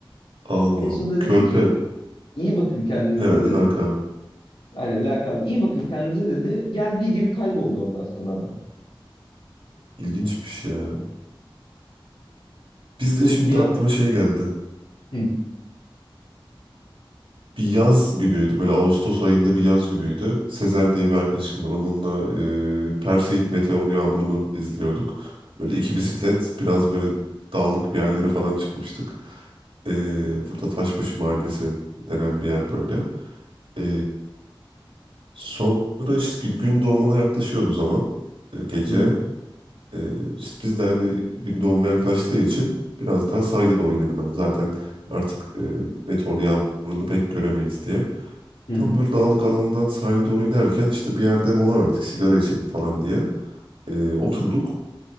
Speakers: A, on the right (about 80°); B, on the left (about 75°).
A: Allah
B: En sonunda
A: Allah. Körpe
B: dedi ki iyi bakın kendinize
A: herhalde
B: dedi.
A: lakabı.
B: Aynen lakabı iyi bakın kendinize dedi. Geldiği gibi kayboldu ondan sonra adam.
A: İlginçmiş ya. Biz
B: Böyle
A: de şimdi
B: bir
A: aklıma
B: an...
A: şey geldi.
B: Hı,
A: bir yaz günüydü böyle Ağustos ayında bir yaz günüydü. Sezer diye bir arkadaşım var. Onunla e, Perseid meteor yağmurunu izliyorduk. Böyle iki
B: hı,
A: bisiklet biraz böyle dağlık bir yerlere falan çıkmıştık. E, burada Taşbaşı Mahallesi denen bir yer böyle. E, sonra işte gün, gün doğumuna yaklaşıyordu o zaman e, gece.
B: hı, hı,
A: E, işte biz de hani gün doğumuna yaklaştığı için biraz daha sahile doğru inelim. Hani zaten artık e, meteor yağmurunu pek göremeyiz diye.
B: hı,
A: Tam
B: hı.
A: böyle dağlık alandan sahile doğru inerken işte bir yerde mola verdik sigara içelim falan diye. Ee, oturduk